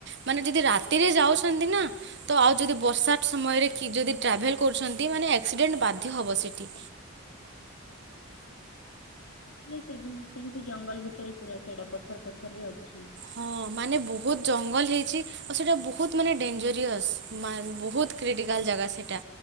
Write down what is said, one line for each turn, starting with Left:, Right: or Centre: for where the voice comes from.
Right: ମାନେ ଯଦି ରାତିରେ ଯାଉଛନ୍ତି ନା ତ ଆଉ
Left: ହଁ
Right: ଯଦି ବର୍ଷା ସମୟରେ କି ଯଦି ଟ୍ରାଭେଲ କରୁଛନ୍ତି ମାନେ ଏ ଆକ୍ସିଡେଣ୍ଟ ବାଧ୍ୟ ହେବ ସେଇଠି
Left: ସେମିତି ଜଙ୍ଗଲ ଭିତରେ ପୁରା ସେଡା ପଥର ପଥର ରେ ଅଛି।
Right: ହଁ ମାନେ ବହୁତ ଜଙ୍ଗଲ ହେଇଛି ଆଉ ସେଇଟା ବହୁତ ମାନେ ଡେଞ୍ଜରିଅସ ବହୁତ କ୍ରିଟିକାଲ ଜାଗା ସେଟା